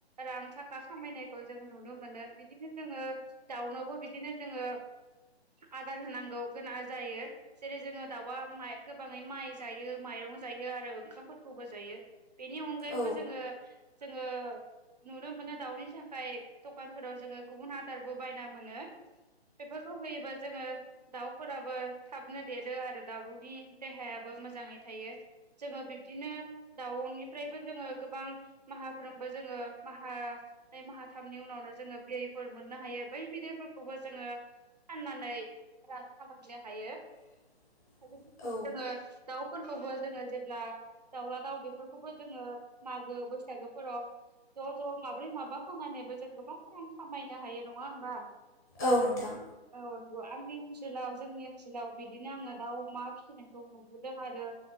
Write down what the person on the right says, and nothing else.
रां थाखा खामायनायखौ जों नुनो मोनो। बिदिनो जोङो दावउनोबो बिदिनो जोङो आदार होनांगौ गोनां जायो। जेरै जोङो दाउआ गोबाङै माइ जायो माइरं जायो आरो ओंखामफोरखौबो जायो। बेनि अनगायैबो
जोङो जोङो नुनो मोनो दाउनि था- खाय दकानफोराव जोङो गुबुन आदारबो बायना मोनो। बेफोरखौ होयोबा जोङो दाउफोराबो थाबनो देरो आरो दाउनि देहायाबो मोजाङै थायो। जोङो बिबदिनो दाउनिफ्रायबो जोङो गोबां माहाफ्रोमबो‌ जोङो माहा- नै माहाथामनि उनावनो जोङो बिदैफोर मोननो हायो बै बिदैफोरखौबो जोङो फाननानै रां खामायनो हायो।
बेजों लोगोसे
जोङो दाउ- फोरखौबो जोङो जेब्ला दाउला दाउ बेफोरखौबो जोङो मागो बैसागोफोराव ज' ज' माब्रै माबा फाननानैबो जों गोबां रां खामायनो हायो नङा होमबा?
औ नंगौ आंनि ओनसोलाव जोंनि ओनसोलाव बिदिनो आङो दाउ अमा फिसिनायखौ नुबोदों आरो।